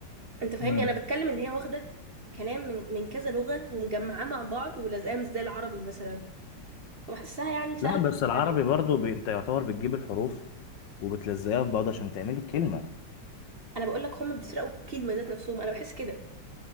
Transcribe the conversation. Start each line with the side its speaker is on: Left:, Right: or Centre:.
Right: انت فاهمني
Left: امم
Right: انا بتكلم ان هي واخده كلام من من كذا لغه ومجمعاه مع بعض ولازقاه مش زي العربي مثلا وبحسها يعني سهله
Left: لا بس
Right: في التعليم
Left: العربي برضو ب... انت يعتبر بتجيب الحروف وبتلزقها في بعض عشان تعملي الكلمه
Right: انا بقول لك هم بيسرقوا الكلمه ذات نفسهم انا بحس كده